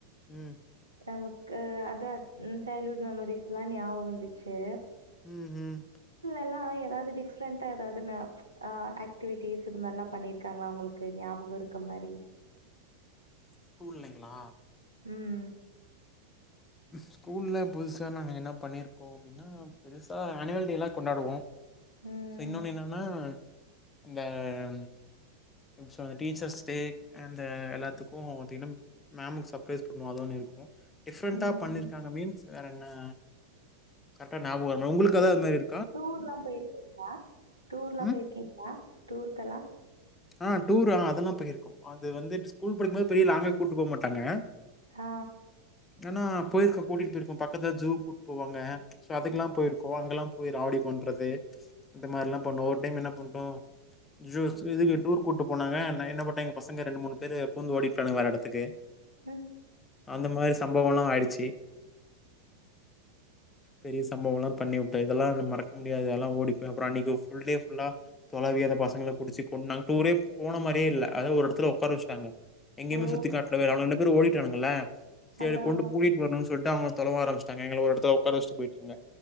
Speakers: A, on the left (about 15°); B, on the right (about 85°).
A: ம்
B: நமக்கு அத ம் சைல்டுஹுட் மெமரிஸ்லா ஞாபம் வந்துச்சி
A: ம் ம்
B: எல்லா ஏதாது டிஃரன்டா எதாவதுனா ஆ டிவிட்டிஸ் இது மாரில்லா பண்ணிருக்காங்களா உங்களுக்கு ஞாபகம் இருக்க மாரி
A: ஸ்கூல்லைங்களா
B: ம்
A: ஸ்கூல்ல புதுசா நாங்க என்ன பண்ணிருக்கோ அப்பிடின்னா பெருசா ஆனுவல் டேல்லா கொண்டாடுவோ
B: ம்
A: சோ இன்னொன்னு என்னன்னா இந்த அ சோ இந்த டீச்சர்ஸ் டே அண்ட எல்லாத்துக்கு தினம் மேமுக்கு சர்பரைஸ் பண்ணுவு அது ஒன்னு இருக்கு டிஃப்ரண்ட்டா
B: ம்
A: பண்ணிருக்காங்க மீன்ஸ் வேற அ கர்டா ஞாபக வரல உங்களுக்கு ஏதே அது மாரி இருக்
B: டூர்ல்லா போயிருக்கீங்களா டூர்ல்லா
A: ம்
B: போயிருக்கீங்களா டூருக்கெல்லா
A: ஆ டூர் ஆ அதெல்லா போயிருகோ அது வந்து ஸ்கூல் இப்ப படிக்கும்போது பெரிய லாங்கா கூட்டு போ மாட்டாங்க
B: ஆ
A: ஆனா போயிருக்கோ கூட்டிகிட்டு போயிருக்கோ பக்கத்தில் ஜூ கூப்டு போவாங்க சோ அதுக்கெலா போயிருக்கோ அங்கெலா போயி ராவடி பண்ணுறது இந்த மாரிலா பண்ணோ ஒரு டைம் என்ன பண்ணிட்டோ ஜூஸ் இதுக்கு டூர் கூட்டு போனாங்க ஆனா என்ன பண்ணிடாங்க பசங்க ரெண்டு மூணு பேரு பூந்து ஓடிபுட்னான்க வற இடத்துக்கு
B: ம்
A: அந்த மாரி சம்பவம்லா ஆயிடுச்சு பெரிய சம்பவலா கண்டிப்பா இதெல்லா மறக்க முடியாது அதலா ஓடி போய் அப்புறோ அன்க்கு புல்டே புல்லா தொலவி அந்த பசங்கல புடிட்சி ஒரு நாள் டூரே போன மாரியே இல்ல அதாவது ஒரு இடத்துல உக்கார வச்டாங்க எங்கயுமே
B: ஓ
A: சுத்தி காட்ட வே ரெண்டு பேரு ஓடி விட்டானுங்க இல்ல தேடி
B: அதா
A: கொண்டு
B: அதா
A: கூட்டிட்டு வரணு சொல்லிட்டாங்க தொலவ ஆரம்பச்சாங்கங்க எங்கள ஒரடத்துல உக்கார வச்சிடு போயிடாங்க